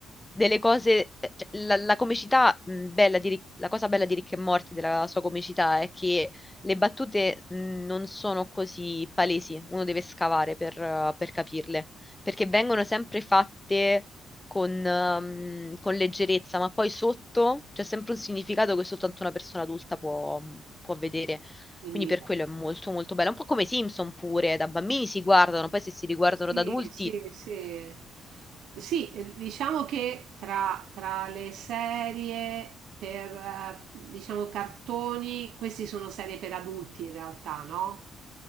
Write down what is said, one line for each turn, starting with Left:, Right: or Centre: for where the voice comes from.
Left: delle cose... eh, cioè, la, la comicità mh, bella di Rick- la cosa bella di Rick e Morty, della sua comicità, è che le battute mh, non sono così palesi, uno deve scavare per, eh, per capirle, perché vengono sempre fatte con, ehm, con leggerezza, ma poi sotto c'è sempre un significato che soltanto una persona adulta può mhmm, può vedere.
Right: Quindi
Left: Quindi per quello è molto molto bella. Un po' come i Simpson pure, da bambini si guardano, poi se si riguardano
Right: Sì,
Left: da adulti,
Right: sì, sì. Sì, eh, diciamo che tra, tra le serie per, eh, diciamo, cartoni, queste sono serie per adulti in realtà, no?